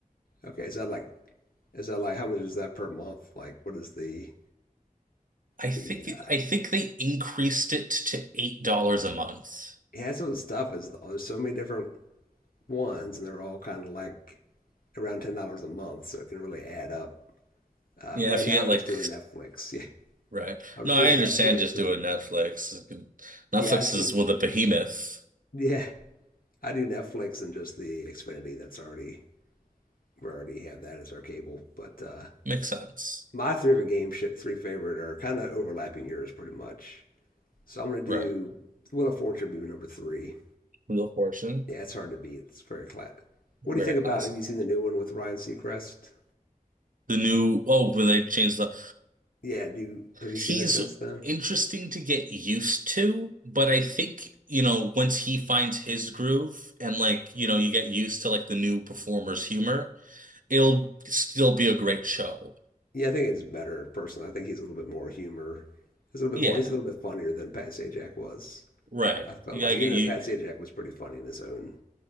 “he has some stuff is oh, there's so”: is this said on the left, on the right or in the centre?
Left